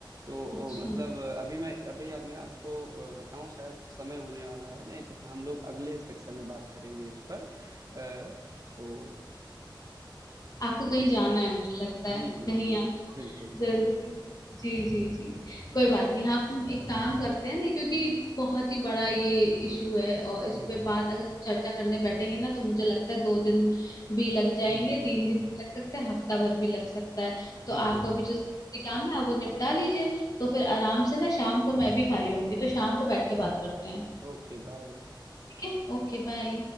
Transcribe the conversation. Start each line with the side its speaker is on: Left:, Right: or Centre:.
Right: तो ओ,
Left: अच्छा
Right: मतलब अभी मैं अभी अब मैं आपको अ, बताऊं शायद समय होने वाला है नहीं तो हम लोग अगले सेक्शन में बात करेंगे इस पर अ, तो
Left: आपको कहीं
Right: बिल्कुल
Left: जाना है मुझे लगता है
Right: जी जी
Left: कहीं
Right: जी
Left: आपको
Right: बिल्कुल बिल्कुल
Left: जरूरी जी जी जी कोई बात नहीं हम एक काम करते हैं ना क्योंकि बहुत ही बड़ा ये इशू है और इस
Right: बिल्कुल
Left: पे बात
Right: बिल्कुल
Left: अगर चर्चा करने बैठेंगे ना तो मुझे लगता है दो दिन भी लग जाएंगे
Right: <laughs>
Left: तीन दिन भी लग सकते हैं हफ्ता भर भी लग सकता है तो
Right: बिल्कुल
Left: आपको
Right: सही
Left: अभी जो
Right: बात
Left: जरूरी काम है आप वो निपटा लीजिए तो फिर आराम से ना शाम को मैं भी खाली होंगी तो शाम को बैठ के बात करते हैं
Right: Okay bye
Left: ठीक है ओके बाय